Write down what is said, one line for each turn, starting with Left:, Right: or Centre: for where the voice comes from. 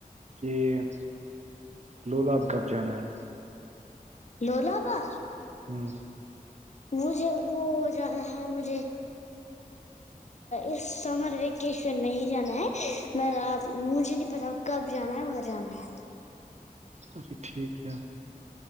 Right: کہب لولاب کب جانا ہے
Left: لولاابا
Right: ہوں
Left: مجھے وہ جانا ہے مجھے اس سمر ویکیشن نہیں جانا ہے مجھے نہیں پتا کب جا ہے مگر جانا ہے
Right: اچھا ٹھیک ہےپ